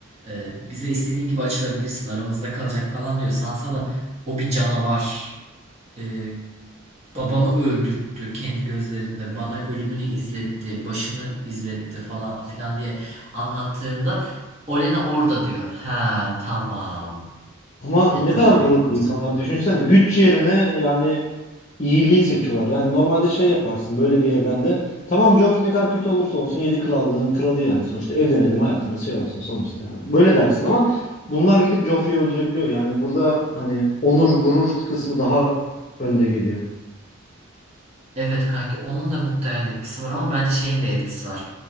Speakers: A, on the right; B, on the left.
A: E, bize istediğin gibi açılabilirsin, aramızda kalacak falan diyor. Sansa da o bir canavar, E, babamı öldürttü kendi gözlerinde, bana ölümünü izletti, başını izletti falan filan diye anlattığında Olen'a orada diyor. Ha tamam.
B: Ama
A: Evet
B: ne
A: burada
B: kadar gururlu
A: büyük bir
B: insanlar
A: sıkıntı
B: düşünsene.
A: var.
B: Güç yerine yani iyiliği seçiyorlar. Yani normalde şey yaparsın böyle bir evrende. Tamam Joffrey ne kadar kötü olursa olsun yedi krallığın kralı yani sonuçta evlenelim hayatımız şey olsun sonuçta yani. Böyle dersin ama bunlar gidip Joffrey'i öldürebiliyor. Yani burada hani onur gurur kısmı daha önde geliyor.
A: Evet kanki onun da muhtemelen etkisi var ama bence şeyin de etkisi var.